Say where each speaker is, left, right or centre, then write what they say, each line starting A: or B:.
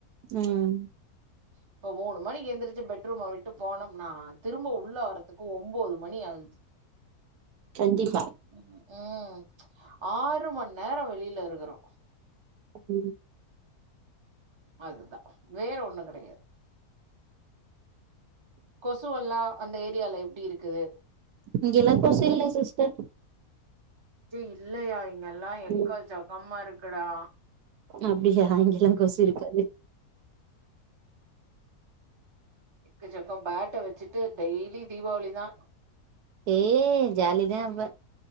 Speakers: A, on the right; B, on the right.
A: உம்
B: இப்போ மூணு மணி எந்துருச்சு பெட்ரூம்ம போய் ட்டு போனம்னா திரும்ப உள்ள வரத் ஒம்போது மணி ஆகுதுச்சு
A: கண்டிப்பா
B: ம் ம் ஆறு மண்நேரோ வெளி வெயில்லருக்குறோ
A: ம்
B: அதுதா வேற ஒண்ணு கெடயாது கொசுவல்லா அந்த ஏரியால எப்டியிருக்குது
A: இங்கெல்லா கொசு இல்ல சிஸ்டர்
B: டெ இல்லையாய் இங்கெல்லா எக்க
A: ம்
B: சக்கம்மா இருக்குடா
A: அப்டியா இங்க எல்லா கொசு இருக்காது
B: எக்கச்சக்கோ ஃபேட்ட வச்சுட்டு டெய்லி தீபாவளிதா
A: ஏய் ஜாலிதா அப்ப